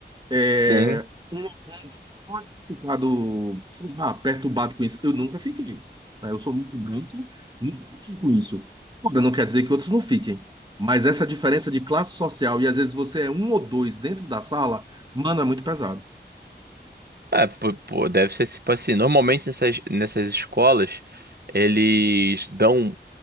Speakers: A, on the right; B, on the right.
A: É,
B: tem.
A: um, um outro pode ter ficado, sei lá, perturbado com isso. Eu nunca fiquei. né? Eu sou muito branco, nunca fiquei com isso. Agora, não quer dizer que outros não fiquem. Mas essa diferença de classe social, e às vezes você é um ou dois dentro da sala, mano, é muito pesado.
B: É, pô, pô, deve ser tipo assim, normalmente nessas, nessas escolas, eles dão